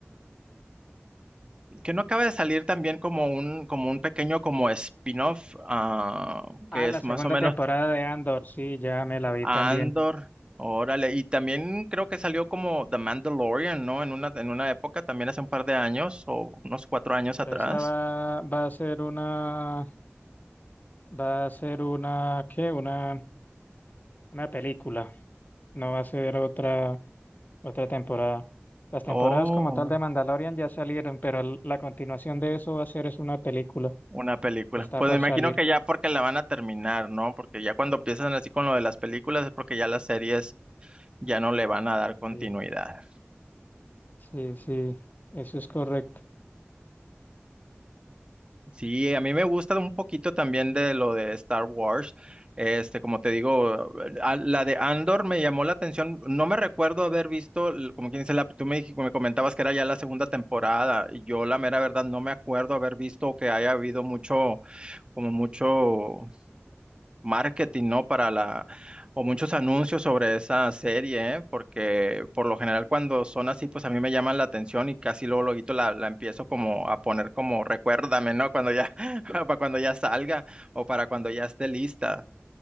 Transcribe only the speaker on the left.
Ah,
la
segunda
temporada de Andor, sí, ya me la vi
también.
Pero
esa va, va a ser una, va a ser una, ¿qué? Una, una película. No va a ser otra. Otra temporada. Las temporadas
como tal de Mandalorian ya salieron, pero l- la continuación de eso va a ser es una película.
Está
por
salir.
Sí, sí, sí, eso es correcto.